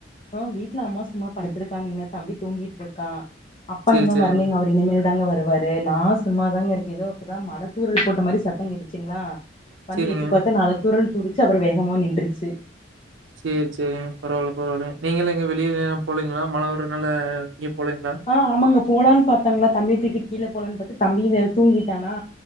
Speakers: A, on the left; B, on the right.
A: ஆ வீட்ல அம்மா சும்மா படுத்திருக்காங்கங்க தம்பி தூங்கிட்டு இருக்கா அப்பா
B: சேரி,
A: இன்னு
B: சேரிங்க.
A: வரலைங்க அவரு இனிமேல் தாங்க வருவாரு நா சும்மாதாங்க இருக்கே எதோ இப்பதா மழத்தூரல் போட்ட மாரி சத்தம் கிட்டுச்சுங்களா வந்து
B: சேரிங்க.
A: எட்டி பாத்தா நாலு தூரல் போட்ச்சு அப்புறோ வேகமா நின்ருச்சு
B: சேரி சேரி பரவால்ல பரவால்ல நீங்கள எங்க வெளியில போலிங்களா மழ வரதுனால எங்கியு போலீங்களா
A: ஆ ஆமாங்க போலான்னு பாத்தங்களா தம்பியதூக்கிட்டு கீழ போலான்னு பாத்த தம்பியு வேற தூங்கிட்டானா